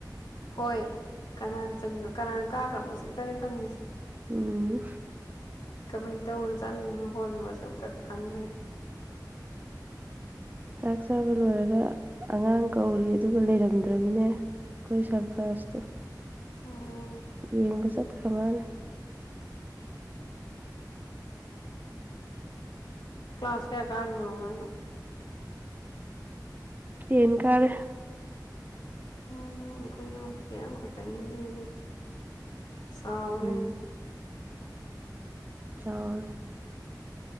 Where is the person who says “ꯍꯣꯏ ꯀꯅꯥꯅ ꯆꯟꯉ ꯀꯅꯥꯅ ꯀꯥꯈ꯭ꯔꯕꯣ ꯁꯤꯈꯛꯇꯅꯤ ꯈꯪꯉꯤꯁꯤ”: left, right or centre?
Left